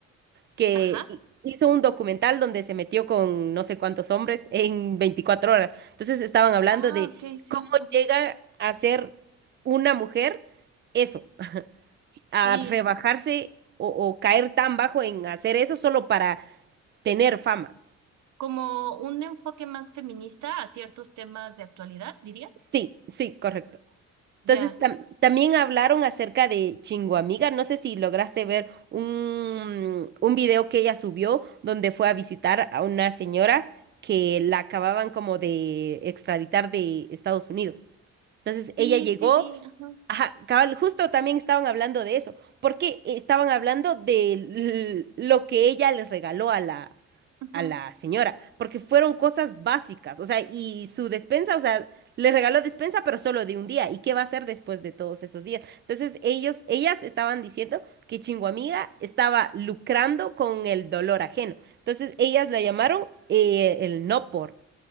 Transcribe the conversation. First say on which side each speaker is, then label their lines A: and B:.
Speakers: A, on the right (about 35°); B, on the right (about 70°).
A: que
B: Ajá.
A: hi- hizo un documental donde se metió con no sé cuántos hombres en 24 horas. Entonces estaban hablando
B: Ah,
A: de
B: ok, sí.
A: cómo
B: ujú.
A: llega a ser una mujer eso, a
B: Sí,
A: rebajarse o, o caer tan bajo en hacer eso solo para tener fama.
B: como un enfoque más feminista a ciertos temas de actualidad, dirías.
A: Sí, sí, correcto. Entonces,
B: Ya.
A: tam- también hablaron acerca de Chinguamiga. No sé si lograste ver un, un video que ella subió donde fue a visitar a una señora que la acababan como de extraditar de Estados Unidos. Entonces
B: Sí,
A: ella llegó,
B: sí, vi. Ajá,
A: ajá, cabal, justo también estaban hablando de eso, porque estaban hablando de l- lo que ella les regaló a la,
B: ujú,
A: a la señora, porque fueron cosas básicas, o sea, y su despensa, o sea, le regaló despensa, pero solo de un día, ¿y qué va a hacer después de todos esos días? Entonces ellos, ellas estaban diciendo que Chinguamiga estaba lucrando con el dolor ajeno, entonces ellas la llamaron eh, el no por.